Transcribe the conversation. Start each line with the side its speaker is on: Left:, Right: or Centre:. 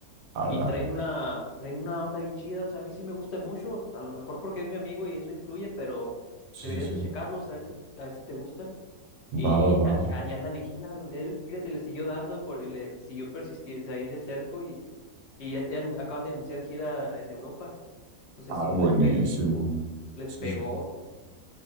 Right: Ala.
Left: Y traen una, traen una onda bien chida, o sea, a mí sí me gustan mucho, a lo mejor porque es mi amigo y eso influye, pero
Right: Sí,
Left: deberías
Right: sí, sí.
Left: de checarlos, a ver si, a ver si te gustan. Y
Right: Va, va, va.
Left: a- y ahí andan en giras, los- él, fíjate, le siguió dando por- y le siguió persistiendo ahí de cerco y, y ya, ya anun- acaban de anunciar gira en Europa. O sea,
Right: Ah,
Left: sí
Right: buenísimo.
Left: les pegó, sí, les
Right: Sí,
Left: pegó.
Right: sí.